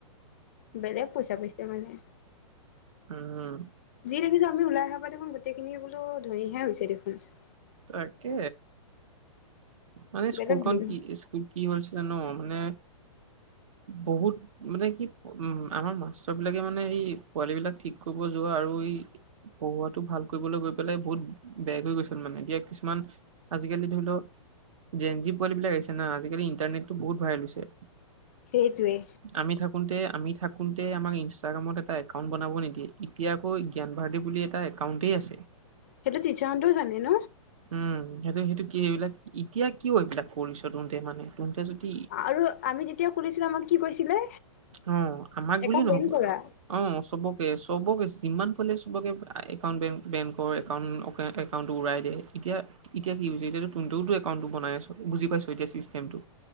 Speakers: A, on the left; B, on the right.
A: বেলেগ পইচা পাইছে মানে
B: উম,
A: যি দেখিছো আমি ওলাই আহহাবা দেখোন গোটেইখিনি বোলো ধুনহে হৈছে দেখোনচোন
B: তাকে মানে
A: বেলেগ
B: স্কুলখন
A: ধনী
B: কি স্কুল কি হছ জানো মানে বহুত মানে কি উ আমাৰ মাষ্টৰ বিলাকে মানে এই পোৱালী বিলাক ঠিক কৰিব যোৱা আৰু আৰু পঢ়ুৱটো ভাল কৰিবলৈ গৈ পেলাই বহুত বেগ হৈ গৈছে মানে এতিয়া কিছুমান আজিকালি ধৰি লও জেন জি পোৱালি বিলাক আহিছে না আজিকালি ইণ্টাৰনেটটো বহুত ভৰাল হৈছে
A: সেইটোৱে
B: আমি থাকোতে আমি থাকোতে আমাক ইনষ্টাগ্ৰামত এটা একাউণ্ট বনাব নিদিয়ে এতিয়া আকৌ জ্ঞান ভাৰ্থী বুলি এটা কাউণ্ট আছে
A: সেইটো তিচাহন্তও জানে ন
B: উম সেইটো সেইটো কি এইবিলাক এতিয়া কিয় এইবিলাক কৰিচ তওঁতে মানে তহঁতে যদি
A: আৰু আমি যেতিয়া খুলিছিলো আমাক কি কৈছিলে
B: অ, আমাক
A: একাউণ্ট
B: বুলি নহ
A: বেন কৰা
B: অ, চবকে - চবকে যিমান চবকে একাউট বে বেংকৰ একাউ একাউ উৰাই দে এতিয়া - এতিয়া কি হৈছে এতিয়া তোনতেওটো একাউণ্টটো বনাই আছ বুজি পাইছ এতিয়া চিষ্টেমটো।